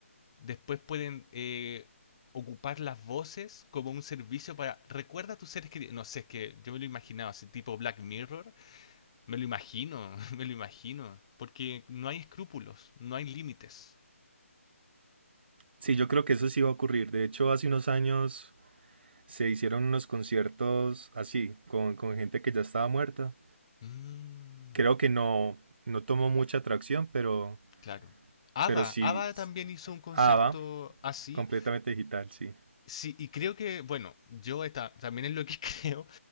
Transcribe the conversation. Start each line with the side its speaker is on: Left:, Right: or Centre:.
Left: después pueden eh, ocupar las voces como un servicio para, recuerda a tus seres queridos, no sé, es que yo me lo imaginaba, así tipo Black Mirror, me lo imagino, <laughs> me lo imagino, porque no hay escrúpulos, no hay límites.
Right: Sí, yo creo que eso sí va a ocurrir. De hecho, hace unos años se hicieron unos conciertos así, con, con gente que ya estaba muerta.
Left: Mm,
Right: Creo que no, no tomó mucha atracción, pero,
Left: claro. ABBA,
Right: pero sí,
Left: ABBA también hizo un concierto
Right: ABBA,
Left: así.
Right: completamente digital, sí.
Left: Sí, y creo que, bueno, yo esta, también es lo que <laughs> creo.